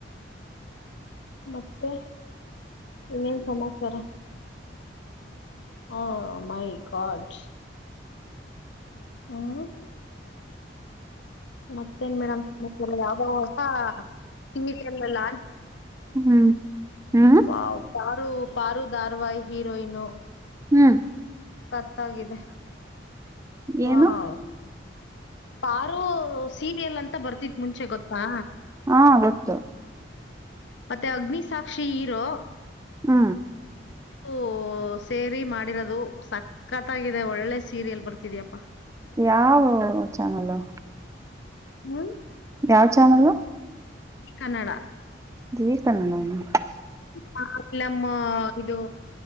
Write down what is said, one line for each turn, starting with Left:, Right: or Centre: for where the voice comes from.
Left: ಮತ್ತೆ ಇನ್ನೇನ್ ಸಮಾಚಾರ ಹ ಮೈ ಗಡ್ ಹ್ಮ ಮತ್ತೇನ್ ಮೇಡ್ ಯಾವ್ದೋ ಹೊಸ ಟಿವಿ ಚಾನೆಲ್
Right: ಹ್ಮ್ ಹ್ಮ್
Left: ವ ಪಾರು ಪಾರು ದಾರ್ವಾಾಯ್ ಹೀರೋಯನು
Right: ಹ್ಮ್
Left: ಕತ್ತಾಗಿದೆ ಹಾ
Right: ಏನು
Left: ಪಾರು ಸೀರಿಯಲ್ ಅಂತ ಬರ್ತಿತ್ ಮುಂಚೆ ಗೊತ್ತಾ
Right: ಹಾ ಗೊತ್ತು
Left: ಮತ್ತೆ ಅಗ್ನಿಿಸಾಕ್ಷಿ ಹರೋ
Right: ಹ್ಮ
Left: ಅೂ ಸೇರಿ ಮಾಡಿರೋದು ಸಕ್ಕತ್ತಾಗಿದೆ ಒಳ್ಳೆ ಸೀರಿಯಲ್ ಬರ್ತಿದ್ಯಪ್ಪಾ
Right: ಯಾವ ಚಾನಲ್
Left: ಹ್ಮ್
Right: ಯಾವ ಚಾನಲ್
Left: ಕನ್ನಡ
Right: ಜೀ ಕನ್ನಡ ನಾ
Left: ಪ್ರಾಬ್ಲಮ್ಮೂ ಇದು